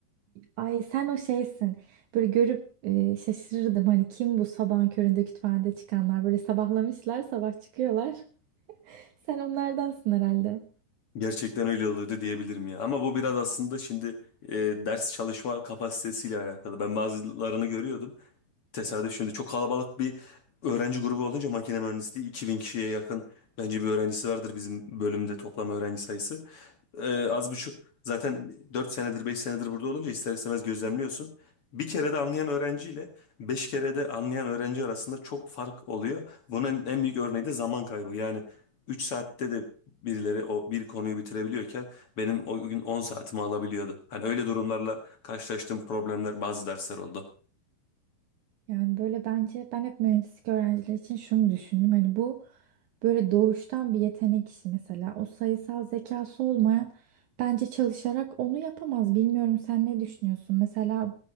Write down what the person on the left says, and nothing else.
<laughs> Gerçekten öyle oluyordu diyebilirim ya. Ama bu biraz aslında şimdi e, ders çalışma kapasitesiyle alakalı. Ben bazılarını görüyordum. Tesadüf şimdi çok kalabalık bir öğrenci grubu olunca makine mühendisliği 2000 kişiye yakın bence bir öğrencisi vardır bizim bölümde toplam öğrenci sayısı. Ee, az buçuk zaten 4 senedir 5 senedir burada olunca ister istemez gözlemliyorsun. Bir kere de anlayan öğrenciyle 5 kere de anlayan öğrenci arasında çok fark oluyor. Bunun en büyük örneği de zaman kaybı. Yani 3 saatte de birileri o bir konuyu bitirebiliyorken benim o gün 10 saatimi alabiliyordu. Hani öyle durumlarla karşılaştığım problemler bazı dersler oldu.